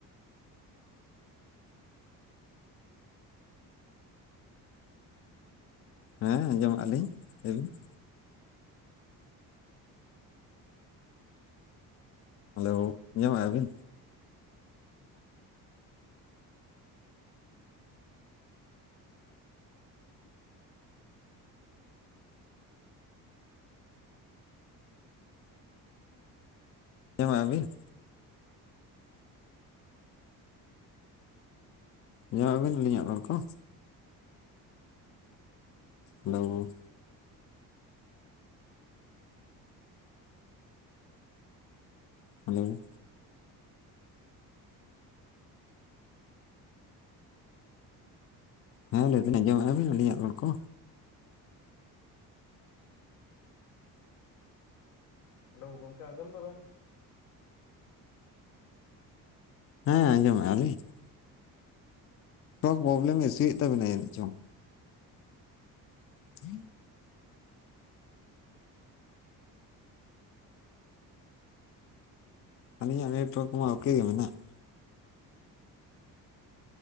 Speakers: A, on the left; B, on the left.
A: ᱦᱮᱸ ᱟᱸᱡᱚᱢᱚᱜᱼᱟ ᱞᱤᱧ, ᱞᱟᱹᱭᱵᱤᱱ ᱾ ᱦᱮᱞᱳ! ᱟᱸᱡᱚᱢᱮᱜᱼᱟ ᱵᱤᱱ? ᱟᱸᱡᱚᱢᱮᱜᱼᱟ ᱵᱤᱱ? ᱟᱸᱡᱚᱢᱮᱜᱼᱟᱵᱤᱱ ᱟᱹᱞᱤᱧᱟᱜ ᱨᱚᱲ ᱠᱚ? ᱦᱮᱞᱳ! ᱦᱮᱞᱳ! ᱦᱮᱸ ᱞᱟᱹᱭ ᱫᱟᱞᱤᱧ ᱟᱸᱡᱚᱢᱮᱜᱼᱟ ᱵᱤᱱ ᱟᱹᱞᱤᱧᱟᱜ ᱨᱚᱲ ᱠᱚ?
B: ᱦᱮᱞᱳ ᱜᱚᱝᱠᱮ ᱟᱸᱡᱚᱢ ᱫᱟᱵᱮᱱ?
A: ᱦᱮᱸ, ᱟᱸᱡᱚᱢᱮᱜᱼᱟ ᱞᱤᱧ ᱾ <unintelligible> ᱯᱨᱚᱵᱞᱮᱢ ᱤᱥᱩᱭᱮᱜ ᱛᱟᱵᱮᱱᱟ ᱡᱟᱹᱱᱤᱡ ᱪᱚᱝ! <unintelligible> ᱟᱹᱞᱤᱧᱟᱜ ᱱᱮᱴᱣᱟᱨᱠ ᱢᱟ ᱚᱠᱮ ᱜᱮ ᱢᱮᱱᱟᱜᱼᱟ ᱾